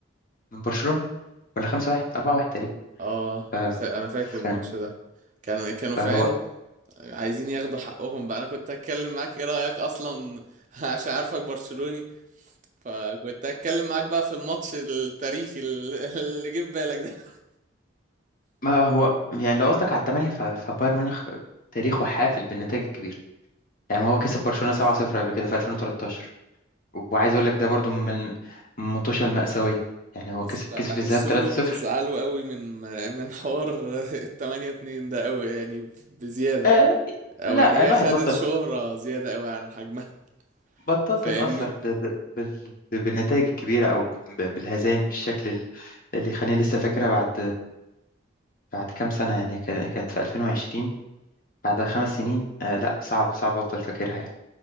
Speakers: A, on the left; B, on the right.
A: من برشلونه ولا 5-1 4-1 تقريبا
B: اه
A: ف-
B: انا فا... انا فاكر
A: ف-
B: الماتش ده كان كانوا فاهم
A: فهو
B: عايزين ياخدوا حقهم بقى انا كنت هتكلم معاك ايه رأيك اصلا <laughs> عشان عارفك برشلوني فكنت هتكلم معاك بقى في الماتش التاريخي اللي <laughs> اللي جه في بالك ده <laughs>
A: ما هو يعني لو قصدك على الثمانيه ف- فبايرن ميونخ تاريخه حافل بالنتائج الكبيره يعني ما هو كسب برشلونه
B: بس
A: 7-0 قبل كده في 2013 وعايز اقول لك
B: آه.
A: ده برضو من من المطوشه المأساويه يعني هو
B: بس
A: كسب
B: ب-
A: كسب
B: بحسكم
A: في الذهاب 3-0
B: بتزعلوا قوي من من حوار <laughs> التمانية اتنين ده قوي يعني ب- بزيادة
A: آه،
B: او
A: لا
B: يعني هي
A: الواحد
B: خدت
A: بطل
B: شهرة زيادة قوي عن حجمها
A: بطلت
B: فاهمني
A: اتاثر ب... ب... بال... ب- بالنتائج الكبيره او ب... بالهزايم بالشكل ال- اللي خليني لسه فاكرها بعد بعد كام سنه يعني كان- كانت في 2020 بعد خمس سنين آه لا صعب صعب افضل فاكرها يعني